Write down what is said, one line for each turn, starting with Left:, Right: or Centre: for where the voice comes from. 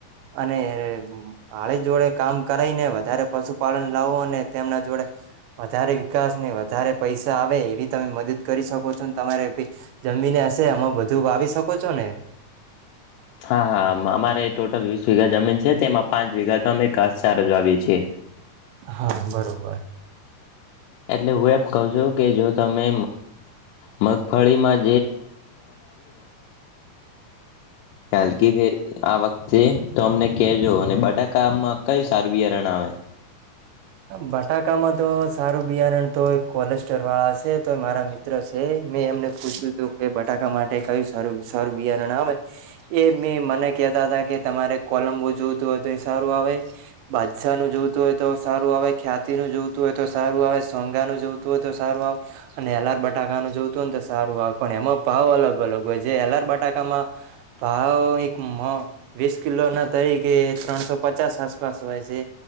Right: અને હાળી જોડે કામ કરાઈ ને વધારે પશુપાલન લાવો અને તેમના જોડે વધારે વિકાસ ને વધારે પૈસા આવે એવી તમે મદદ કરી શકો છોને તમારે જમીને હશે અમાં બધું વાવી શકો છો ને
Left: હા હા અમારે ટોટલ વીસ વીઘા જમીન છે તેમાં પાંચ વિીઘા તો અમે ઘાસચારજ આવી છી
Right: હા બરોબર
Left: એટલે હું એમ કઉ છું કે જો તમે મગફળી માં હલકી ફેર આ વખતે તો અમને કહેજો અને બટાકામાં કયું સારું બિયારણ આવે
Right: બટાકામાં તો સારું બાર તો કોલેસ્ટર વાળા છે તો મારા મિત્ર છે મેં એમને પૂછ્યું બટાકા માટે કયું સરારું બિયારણ આવે એ મે મને કહેતા હતા કે તમારે કોલમબો જો હોય તો એ સારું આવે બાદશા નું જોવતું હોય તો સારું આવે ખ્યાતિ નું જોતું ું હોય તો સારું આવે સોંગા નું જોતું હોય તો સારું આવે અને હલાર બટાકાનુંું જોતું હોય તો સારું આવે પણ એમાં ભાવ અલગ અલગ હોય જે એલાર બટાકામાં ભાવ એક વીસ કિલો ના તરીકે ત્રણસો પચાસ આસપાસ હોય છે